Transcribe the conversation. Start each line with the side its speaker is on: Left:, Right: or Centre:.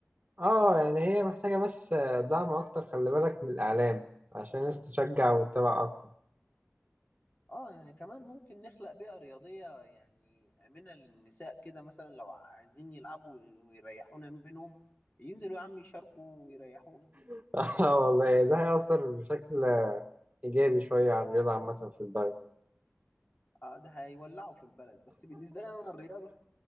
Right: اه يعني هي محتاجة بس دعم أكتر خلي بالك من الإعلام عشان الناس تشجع وتتابع أكتر
Left: اه يعني كمان ممكن نخلق بيئة رياضية يعني آمنة للنساء كده مثلا لو عايزين يلعبوا ويريحونا منهم ينزلوا يا عم يشاركوا ويريحونا
Right: <laughs> اه والله ده هيأثر بشكل إيجابي شوية على الرياضة عامة في البلد
Left: اه ده هيولعوا في البلد بس بالنسبة لي انا الرياضة